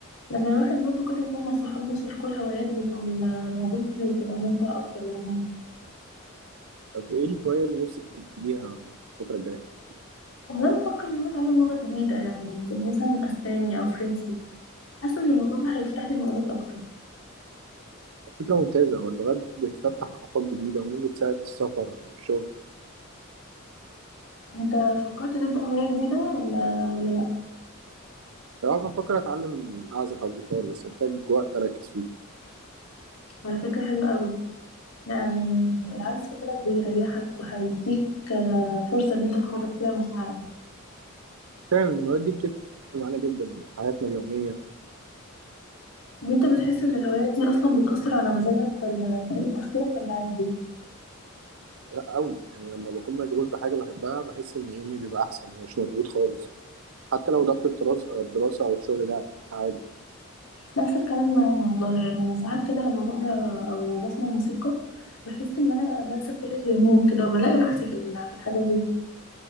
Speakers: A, on the left (about 70°); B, on the right (about 80°).
A: لما الواحد برضه كده يكون مع صحابه يشاركوا الهوايات بيبقى الموضوع حلو كده وممتع أكتر ولذيذ
B: طب ايه الهواية اللي نفسك تبتديها الفترة الجاية؟
A: والله بفكر إن أنا أتعلم لغة جديدة يعني زي مثلا أسباني أو فرنسي حاسة إن الموضوع ده هيفتح لي مجالات أكتر
B: فكرة ممتازة هو اللغات بتفتح آفاق جديدة وممكن تساعد في السفر أو الشغل
A: انت فكرت تبدأ هواية جديدة ولا ولا لا
B: صراحة بفكر أتعلم أعزف على الجيتار بس محتاج وقت أركز فيه
A: على فكرة حلوة قوي يعني العزف كده بيريحك وهيديك آه، فرصة ان انت تخرج فيها مشاعرك
B: فعلا الهوايات دي بتفرق معانا جدا في حياتنا اليومية
A: وانت بتحس ان الهوايات دي اصلا بتأثر على مزاجك ولا طريقة تفكيرك ولا عادي
B: لا أوي يعني لما بكون مشغول بحاجة بحبها بحس إن يومي بيبقى أحسن ومش مضغوط خالص حتى لو ضغط الدراسة الدراسة أو الشغل ده عادي
A: نفس الكلام معايا والله يعني ساعات كده لما بقرا او بسمع موسيقى بحس ان انا بنسى كل الهموم كده وبلاقي راحتي في ال- في الحاجة دي